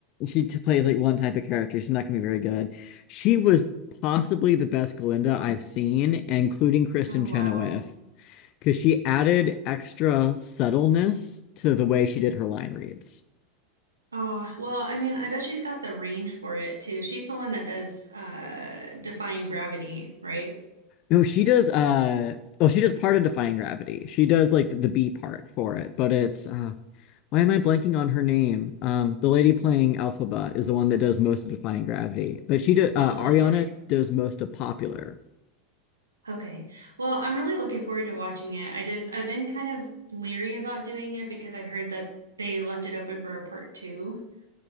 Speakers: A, on the left; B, on the right.
A: she t- plays like one type of character. She's not gonna be very good. She was possibly the best Glinda I've seen, including Kristen
B: Oh,
A: Chenoweth,
B: wow.
A: because she added extra subtleness to the way she did her line reads.
B: Oh, well, I mean, I bet she's got the range for it too. She's the one that does uh defying gravity, right?
A: No, she does uh well, she does part of Defying Gravity. She does like the B part for it, but it's uh Why am I blanking on her name? Um, the lady playing Elphaba is the one that does most of Defying Gravity, but she did uh,
B: Oh,
A: Ariana
B: that's right.
A: does most of Popular.
B: Okay. Well, I'm really looking forward to watching it. I just I've been kind of leery about doing it because I heard that they left it open for a part two.